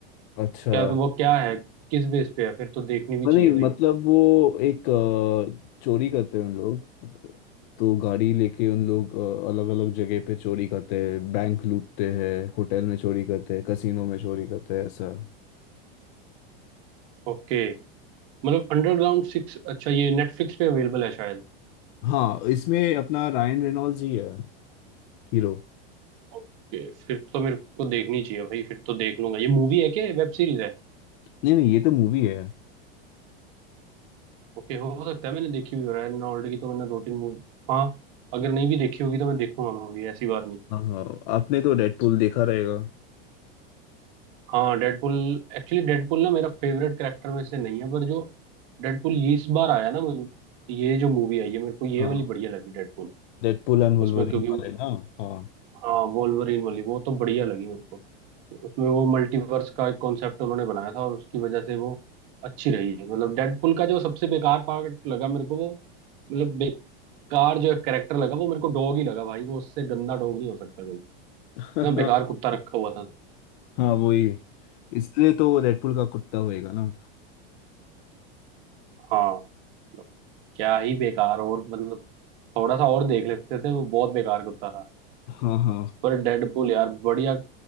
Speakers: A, on the left; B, on the right.
A: अच्छा
B: क्या तो वो क्या है किस बेस पे है फिर तो देखनी भी
A: नहीं
B: चाहिए भाई
A: मतलब वो एक अ, चोरी करते हैं उन लोग तो गाड़ी लेके उन लोग अलग अलग जगह पे चोरी करते हैं बैंक लूटते हैं होटल में चोरी करते हैं कसीनो में चोरी करते हैं ऐसा
B: ओके मतलब अंडरग्राउंड सिक्स अच्छा ये नेटफ्लिक्स पे अवेलेबल है शायद
A: हाँ इसमें अपना रायन रेनॉल्ड्स ही है हीरो
B: ओके फिर तो मेरे को देखनी चाहिए भाई फिर तो देख लूंगा ये मूवी है क्या वेब सीरीज है
A: नहीं नहीं ये तो मूवी है
B: ओके हो सकता है मैंने देखी भी हो रहा है नॉल्ड की तो मैंने दो तीन मूवी हाँ अगर नहीं भी देखी होगी तो मैं देखूंगा मूवी ऐसी बात नहीं
A: हाँ हाँ आपने तो डेडपूल देखा रहेगा
B: हाँ डेडपुल एक्चुअली डेडपुल ना मेरा फेवरेट कैरेक्टर में से नहीं है पर जो डेडपुल ये इस बार आया ना मुझे ये जो मूवी आई है मेरे को ये
A: हाँ
B: वाली बढ़िया लगी डेडपुल
A: डेडपूल एंड वुल्वरीन
B: उसमें क्योंकि
A: वाले ना हाँ
B: हाँ वोल्वरीन वाली वो तो बढ़िया लगी मेरे को उसमें वो मल्टीवर्स का एक कॉन्सेप्ट उन्होंने बनाया था और उसकी वजह से वो अच्छी रही मतलब डेडपुल का जो सबसे बेकार पार्ट लगा मेरे को वो मतलब बेकार जो कैरेक्टर लगा वो मेरे को डॉग ही लगा भाई वो उससे गंदा डॉग नहीं हो सकता कोई
A: <laughs>
B: इतना बेकार कुत्ता रखा हुआ था
A: हाँ वही इसलिए तो वो डेडपूल का कुत्ता होएगा ना
B: हाँ मतलब क्या ही बेकार और मतलब थोड़ा सा और देख लेते थे वो बहुत बेकार कुत्ता था
A: हाँ हाँ
B: पर डेडपूल यार बढ़िया